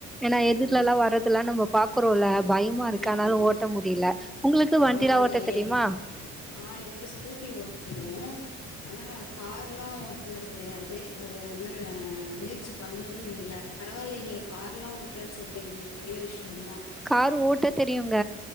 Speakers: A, in the centre; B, on the left.
A: ஏனா எதிர்ல்லா
B: ம்
A: வரதெல்லா நம்ம பா க்குறோல்ல பயமா இருக்கு
B: ஆமா
A: அனால ஓட்ட முடில உங்களுக்கு
B: பரவாயில்லையே
A: வண்டியெல்லா ஓட்ட தெரியுமா
B: ஆ எனக்கு ஸ்கூட்டி ஓட்ட தெரியு ஆனா கார்ல்லா ஓட்னது கெடயாது அத இன்னு முயற்சி பண்ணது இல்ல பரவால்லயே நீங்க காரெல்லா ஓட்டறன்னு சொல்றீங்ளே பெரிய விஷ்யந்தா
A: காரு ஓட்ட தெரியுங்க